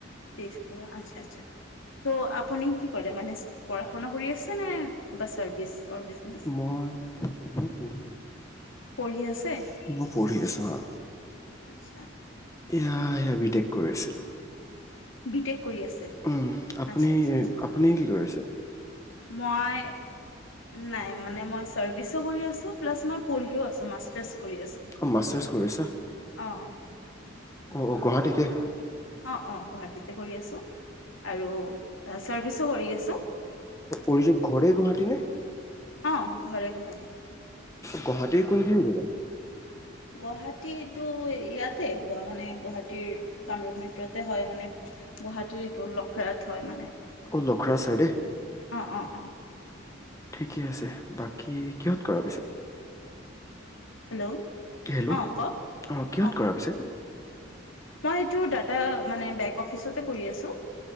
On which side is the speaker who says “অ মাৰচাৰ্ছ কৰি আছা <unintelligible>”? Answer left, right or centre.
Left